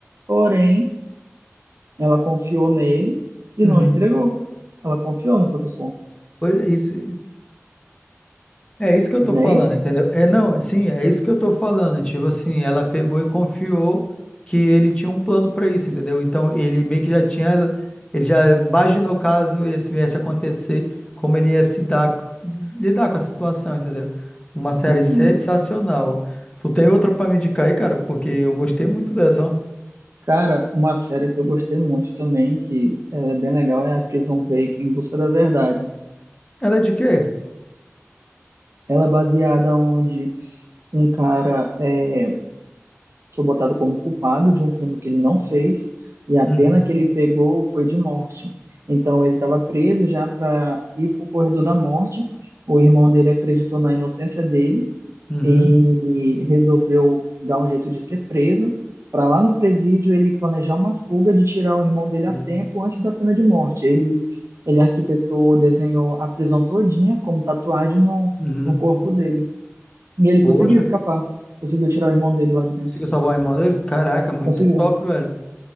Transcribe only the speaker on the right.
Porém, ela confiou nele e
não entregou. Ela confiou no professor.
Não
é isso?
Uhum.
Cara, uma série que eu gostei muito também, que ela é bem legal, é a Prison Break, Em Busca da Verdade.
Ela é baseada onde um cara é, foi botado como culpado de um crime que ele não fez e a
pena que ele pegou foi de morte. Então ele estava preso já para ir para o corredor da morte. O irmão dele acreditou na inocência dele
e resolveu dar um jeito de ser preso. Para lá no presídio ele planejar uma fuga de tirar o irmão dele a
tempo antes da pena de morte. Ele ele arquitetou, desenhou a prisão todinha como tatuagem no,
no corpo dele. E ele
conseguiu escapar, conseguiu tirar o irmão dele lá de dentro.
Conseguiu.